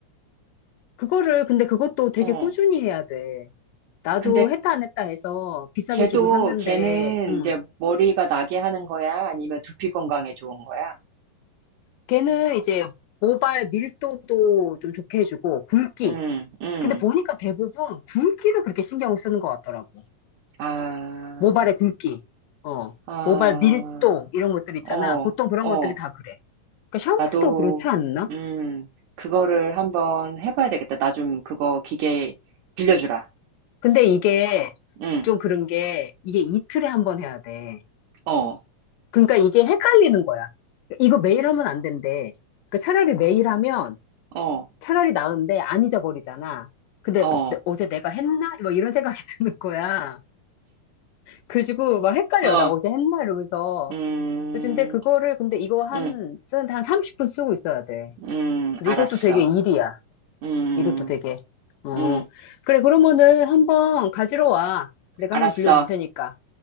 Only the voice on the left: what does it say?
그거를, 근데 그것도 되게
꾸준히 해야 돼. 나도
했다 안 했다 해서 비싸게
주고 샀는데,
음.
걔는 이제 모발 밀도도 좀 좋게 해주고, 굵기.
근데 보니까 대부분 굵기를 그렇게 신경을 쓰는 것 같더라고.
모발의 굵기. 어.
모발 밀도, 이런 것들 있잖아.
보통 그런
것들이 다 그래. 그러니까 샴푸도
그렇지 않나?
근데 이게
좀 그런 게 이게 이틀에 한 번 해야 돼.
그러니까 이게 헷갈리는 거야. 이거 매일 하면 안 된대. 그러니까 차라리 매일 하면
차라리 나은데 안 잊어버리잖아. 근데
내- 어제 내가 했나? 뭐 이런 생각이 <laughs> 드는 거야. 그래가지고 막 헷갈려.
나 어제 했나? 이러면서.
요즘데 그거를 근데 이거 한,
쓰는데 한 30분 쓰고 있어야 돼.
근데
이것도 되게 일이야.
이것도 되게. 어.
그래, 그러면은 한번 가지러 와. 내가
한번 빌려줄 테니까.